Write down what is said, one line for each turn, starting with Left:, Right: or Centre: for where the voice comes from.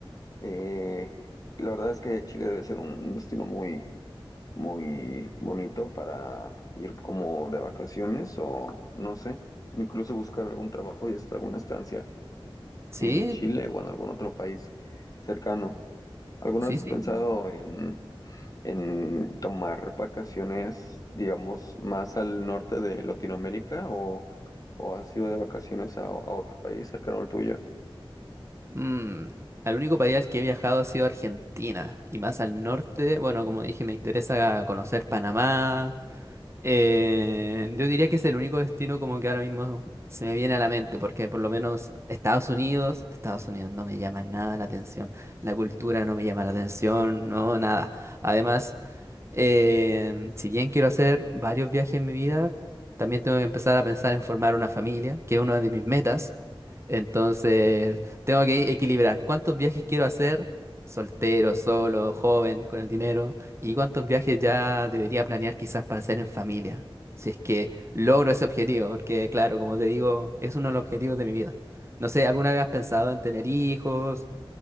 Left: Eh, la verdad es que Chile debe ser un destino muy, muy bonito para ir como de vacaciones o no sé, incluso buscar algún trabajo y hasta alguna estancia
Right: Sí,
Left: en Chile o en algún otro país cercano. ¿Alguna
Right: sí,
Left: vez has
Right: sí.
Left: pensado en, en tomar vacaciones, digamos, más al norte de Latinoamérica o, o has ido de vacaciones a, a otro país cercano al tuyo?
Right: Mm, al único país al que he viajado ha sido Argentina y más al norte. Bueno, como dije, me interesa conocer Panamá, Eh, yo diría que es el único destino como que ahora mismo se me viene a la mente, porque por lo menos Estados Unidos, Estados Unidos no me llama nada la atención, la cultura no me llama la atención, no, nada. Además, eh, si bien quiero hacer varios viajes en mi vida, también tengo que empezar a pensar en formar una familia, que es una de mis metas. Entonces, tengo que equilibrar cuántos viajes quiero hacer soltero, solo, joven, con el dinero, y cuántos viajes ya debería planear quizás para hacer en familia, si es que logro ese objetivo, porque claro, como te digo, es uno de los objetivos de mi vida. No sé, ¿alguna vez has pensado en tener hijos